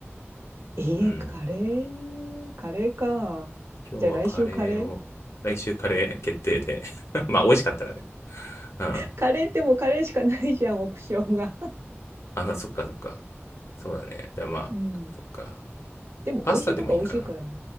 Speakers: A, on the right; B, on the left.
A: う。えー、
B: うん。
A: カレー、カレーか。
B: 今日はカレーを、
A: じゃあ来週カレー
B: 来週カレー決定で。<laughs> まあ、美味しかったらね。うん。
A: カレーってもうカレーしかないじゃん、オプションが。
B: あ、そっかそっか。そうだね。じゃあまあ、
A: うん。
B: そっか。
A: でも美味しいとこは美味しいからね。
B: パスタでもいいかな。